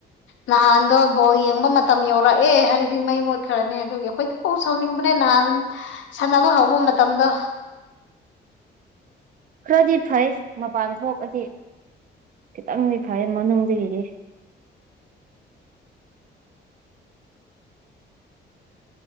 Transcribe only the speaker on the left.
ꯅꯍꯥꯟꯗꯣ ꯕꯣꯜ ꯌꯦꯡꯕ ꯃꯇꯝ ꯌꯧꯔꯛ ꯔꯛꯑꯦ ꯍꯥꯏꯔꯗꯤ ꯃꯩ ꯃꯨꯠꯈ꯭ꯔꯅꯤ ꯑꯗꯨꯒꯤ ꯑꯩꯈꯣꯏꯗꯤ ꯎ ꯁꯥꯎꯅꯤꯡꯕꯅꯦ ꯅꯍꯥꯟ ꯁꯥꯟꯅꯕ ꯍꯧꯕ ꯃ ꯇꯝꯗ